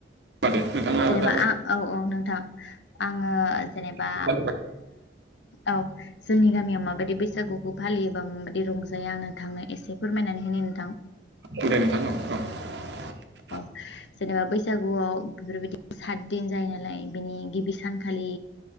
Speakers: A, on the right; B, on the left.
A: दे नोंथाङा
B: जेनेबा
A: दा
B: आं औ औ नोंथां आङो जेनेबा
A: मोसानाय
B: ओ औ जोंनि गामियाव माबायदि बैसागुखौ फालियोबा माबायदि रंजायो आंनो थांनो एसे फोरमायनानै होनि नोंथां।
A: औ दे नोंथां औ औ।
B: जेनेबा बैसागुआव बेफोरबायदि सात दिन जायो नालाय बिनि गिबि सानखालि